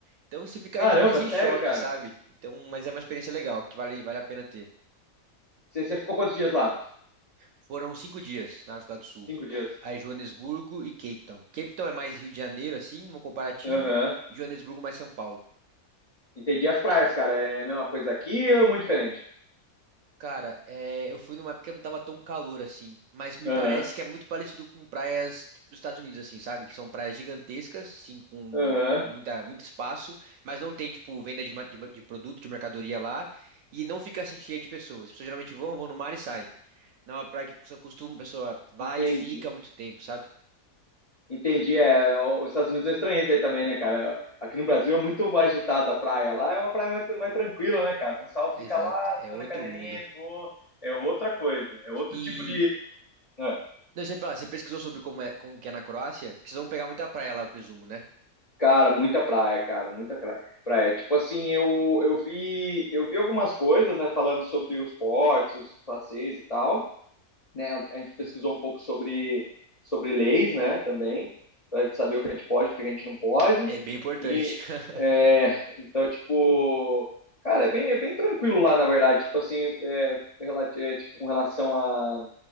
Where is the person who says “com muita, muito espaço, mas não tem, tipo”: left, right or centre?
Right